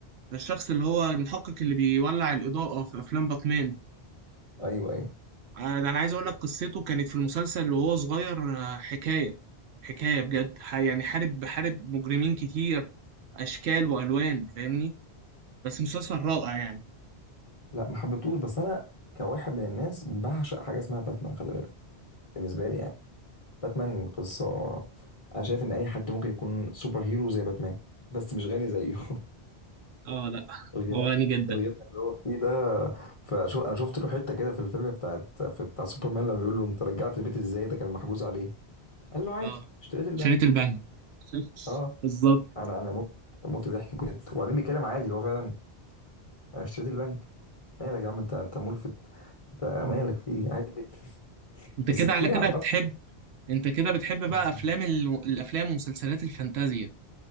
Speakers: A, on the right (about 75°); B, on the left (about 35°).
A: الشخص اللي هو المحقق اللي بيولع الإضاءة في أفلام باتمان
B: أيوه أيوه
A: آه، ده أنا عايز أقول لك قصته كانت في المسلسل وهو صغير آه، حكاية حكاية بجد ح- يعني حارب حارب مجرمين كتير أشكال وألوان فاهمني بس مسلسل رائع يعني
B: لا ما حبيتهوش بس أنا كواحد من الناس بعشق حاجة اسمها باتمان خلي بالك بالنسبة لي يعني باتمان قصة أنا شايف إن أي حد ممكن يكون سوبر هيرو زي باتمان بس مش غني زيه <laughs>
A: اه لا
B: الغنى
A: هو غني جدا
B: الغنى اللي هو فيه ده فشو أنا شفت له حتة كده في الفيلم بتاعت في بتاع سوبرمان لما بيقول له أنت رجعت البيت إزاي ده كان محجوز عليه قال له عادي
A: اه
B: اشتريت البنك
A: شريط البنك <laughs>
B: اه
A: بالظبط
B: انا انا موت موت ضحك بجد وبعدين بيتكلم عادي اللي هو فعلا انا اشتريت البنك مالك يا عم انت انت ملفت انت مالك
A: مم.
B: في ايه عادي جدا
A: انت
B: بس
A: كده
B: احكي
A: على
B: لي
A: كده
B: عن
A: بتحب
B: اكتر
A: انت كده بتحب
B: يعني
A: بقى افلام ال... الافلام ومسلسلات الفانتازيا